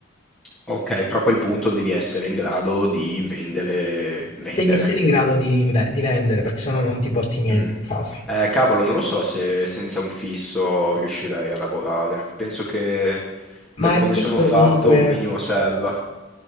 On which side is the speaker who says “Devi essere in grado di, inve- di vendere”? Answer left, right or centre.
Left